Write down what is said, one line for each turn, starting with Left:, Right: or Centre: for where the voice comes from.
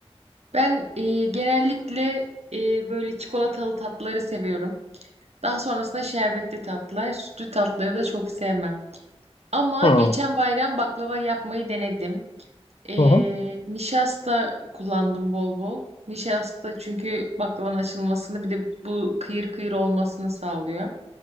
Right: Ben e, genellikle e, böyle çikolatalı tatlıları seviyorum. Daha sonrasında şerbetli tatlılar, sütlü tatlıları da çok sevmem. Ama
Left: Hı,
Right: geçen bayram baklava yapmayı denedim. Ee,
Left: hı, hı.
Right: nişasta kullandım bol bol. Nişasta çünkü baklavanın açılmasını bir de bu kıyır kıyır olmasını sağlıyor.